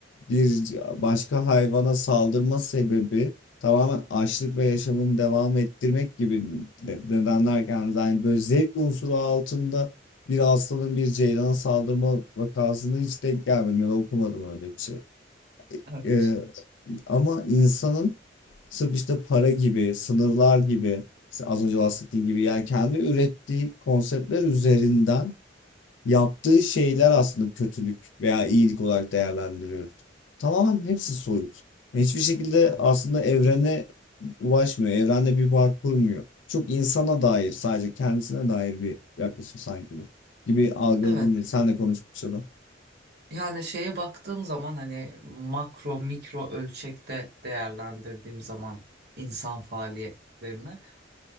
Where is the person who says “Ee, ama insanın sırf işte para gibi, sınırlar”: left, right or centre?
Left